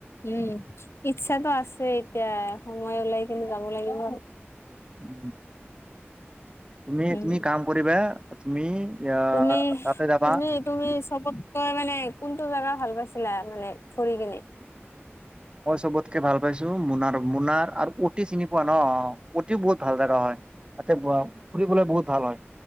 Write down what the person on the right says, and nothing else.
উম। তুমি
তুমি কাম কৰিবা তুমি,, আহ
তাতে যাবা
মই চবতকে ভাল পাইছো মোনাৰ মোনাৰ আৰু উতি চিনি পোৱা ন? ওতি বহুত ভাল জেগা হয়। তাতে ফুৰিবলৈ বহুত ভাল হয়।